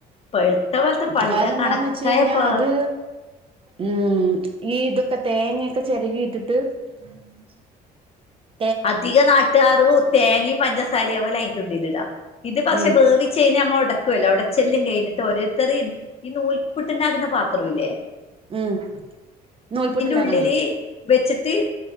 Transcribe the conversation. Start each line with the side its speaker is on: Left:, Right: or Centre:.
Left: പഴുത്ത പോലത്തെ പാടില്ല
Right: കാരണന്താന്ന്
Left: കണക്കായ
Right: വെച്ച് കഴിഞ്ഞാൽ
Left: പ
Right: അത് ഉം ഈ ഇതൊക്കെ തേങ്ങൊക്കെ ചെരകി ഇട്ടിട്ട്. ആഹ് <inaudible> <unintelligible>
Left: അധിക നാട്ടുകാറും തെങ്ങീൻ പഞ്ചസാരയയും അതിന്ടുള്ളിലിടുക ഇത് പക്ഷെ
Right: ഉം
Left: വേവി കുറച് കഴിഞ്ഞ ഞമ്മ ഉടക്കുവല്ലോ ഉടച്ചെല്ലും കഴിഞ്ഞിട്ട് ഓരോരുത്തര് ഇത് ഈ നൂൽപ്പൂട്ട് ണ്ടാക്കുന്ന പാത്രംല്ലേ
Right: ഉം നൂൽപുട്ട്ണ്ടാക്കണത്.
Left: ഉള്ളില് വെച്ചിട്ട്